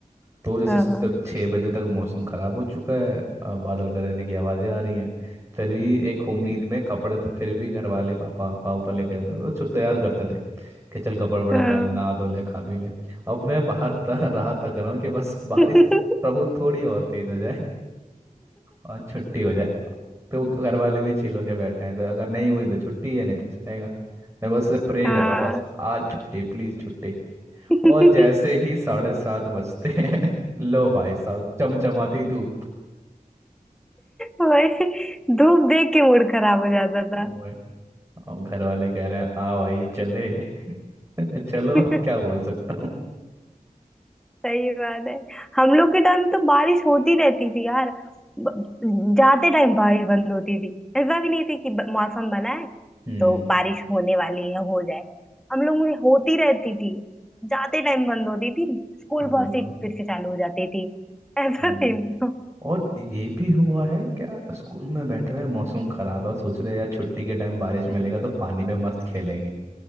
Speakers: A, on the right (about 20°); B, in the centre.
A: तो जैसे
B: हाँ हाँ
A: चल छः बजे तक मौसम खराब हो चुका है अ, बादल गरजने की आवाज़ें आ रही हैं फिर भी एक उम्मीद
B: हम्म,
A: में कपड़े थे, फिर भी घर वाले पापा पापा लेके जाते थे तो छु- तैयार करते थे कि चल कपड़े वपड़े
B: हाँ
A: पहन नहा धो ले खा पी ले अब मैं बाहर त, <laughs> राह तक रहा हूँ कि बस बारिश
B: <laughs>
A: प्रभु थोड़ी और तेज हो जाए और छुट्टी हो जाए तो घर वाले भी चिल होके बैठे हैं तो अगर नहीं हुई तो छुट्टी है नहीं तो जाएगा मैं बस प्रे
B: हाँ।
A: कर रहा हूँ बस आज छुट्टी प्लीज छुट्टी
B: <laughs>
A: और जैसे ही साढ़े सात बजते हैं <laughs> लो भाई साहब चमचमाती धूप
B: वही धूप देख के मूड खराब हो जाता था
A: ओए अब घर वाले कह रहे हैं आ भाई चले <laughs> चलो
B: <laughs>
A: अब क्या बोल सकता हूँ
B: सही बात है हम लोग के टाइम तो बारिश होती रहती थी यार ब- जाते टाइम बारिश बंद होती थी ऐसा भी नहीं थी कि ब- मौसम बना है
A: हम्म
B: तो बारिश होने वाली है हो जाए हम लोग में होती रहती थी जाते टाइम बंद होती थी स्कूल
A: ये
B: बहुत
A: बात
B: से फिर से चालू हो जाती थी <laughs> ऐसा
A: ये
B: सीन
A: भी
B: था।
A: और ये भी हुआ है क्या स्कूल में बैठे हुए हैं, मौसम खराब है सोच रहे हैं यार छुट्टी के टाइम बारिश मिलेगा तो पानी में मस्त खेलेंगे